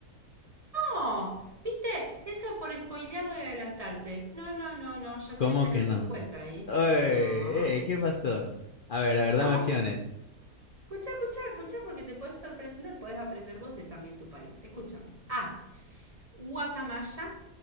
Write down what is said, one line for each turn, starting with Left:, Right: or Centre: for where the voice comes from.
Right: ¡No! ¿Viste? Eso por spoilearlo y adelantarte. No, no, no, no, ya
Left: ¿Cómo
Right: tenés menos
Left: que no?
Right: 50 ahí.
Left: Oye,
Right: No.
Left: eh, ¿qué pasó? A ver, a ver,
Right: No,
Left: dame opciones.
Right: Escucha, escucha, escucha, porque te puedes sorprender, puedes aprender vos de también tu país. Escúchame. A. Guacamaya.